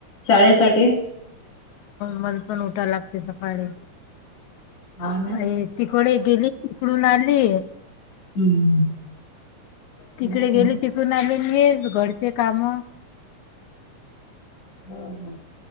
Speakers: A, on the left; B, on the left.
A: शाळेसाठी.
B: म पण उठा लागते सकाळी.
A: हा ना
B: अ तिकडे गेली तिकडून आले.
A: हम्म
B: तिकडे
A: हो काय
B: गेली तिकून आम्ही येल घरचे काम.
A: हम्म हम्म.